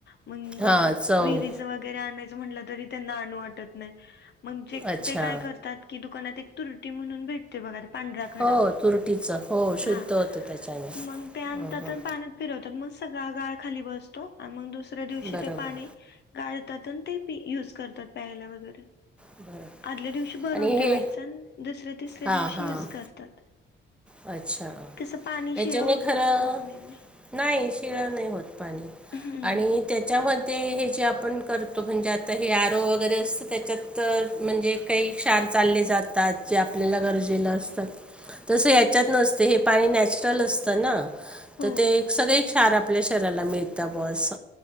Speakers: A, on the left; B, in the centre.
A: मग
B: हां चव
A: विहिरिच विहिरीच जरी आणायच म्हणल तरी त्यांना आणू वाटत नाही म्हणजे मग
B: अच्छा
A: ते काय करत्यात की दुकानात एक तुरटी म्हणून भेट ते बघा पांढरा खडा
B: हो तुरटीचं हो शुद्ध
A: हा,
B: होतं त्याच्याने
A: मग ते आणतात
B: हं, हं.
A: आण पाण्यात फिरवतात मग सगळा गाळ खाली बसतो आणि मग दुसऱ्या दिवशी
B: बरोबर
A: ते पाणी गाळतात आणि ते ते युज करतात प्यायला वगैरे
B: बरोबर
A: आदल्या दिवशी भरून
B: आणि
A: ठेवायचं
B: हे
A: आणि दुसऱ्या, तिसऱ्या
B: हां
A: दिवशी
B: हां
A: यूज करतात.
B: अच्छा
A: कसं पाणी
B: ह्याच्याने
A: शिळ हो होत
B: खरं
A: नाही ना
B: नाही शिळ नाही होत पाणी
A: हम्म
B: आणि त्याच्यामध्ये ते हे जे आपण करतो म्हणजे आता हे आरो वगैरे असतं त्याच्यात तर म्हणजे काही क्षार चालले जातात जे आपल्याला गरजे ला असतात तस याच्यात नसते हे पाणी नॅचरल असतं ना
A: हो
B: तर ते सगळे क्षार आपल्या शरीराला मिळतात अस